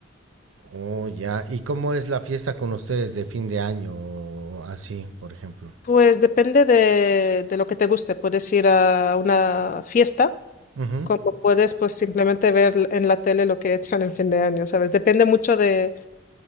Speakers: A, on the right; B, on the left.
A: Oh, ya. ¿Y cómo es la fiesta con ustedes de fin de año o así, por ejemplo?
B: Pues depende de, de lo que te guste. Puedes ir a una fiesta,
A: Ujú,
B: como puedes pues simplemente ver en la tele lo que echan en fin de año, ¿sabes? Depende mucho de,